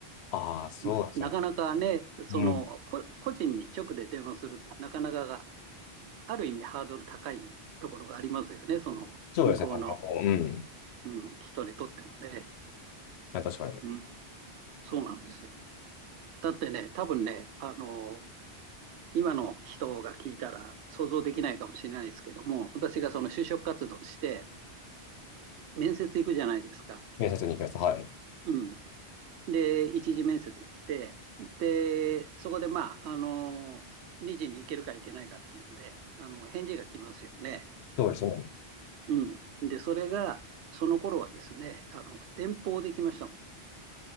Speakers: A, on the left; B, on the right.
A: ああ、そうですね。
B: んなかなかね、その、
A: うん。
B: こ個人に直で電話する、なかなかが、ある意味ハードル高いところがありますよね。その、
A: そうですね。
B: 向こうの、
A: 多分うん。
B: うん、人にとってもね。
A: はい、確かに。
B: うん、そうなんですよ。だってね、多分ね、あの、今の人が聞いたら想像できないかもしれないですけども、私がその就職活動して、面接行くじゃないですか。
A: 面接に行きます。はい。
B: うん。で、一次面接行って、で、そこでまあ、あの、2次に行けるか行けないかっていうんで、あの、返事が来ますよね。
A: そうですね。
B: うん。で、それが、その頃はですね、あの、電報で来ましたも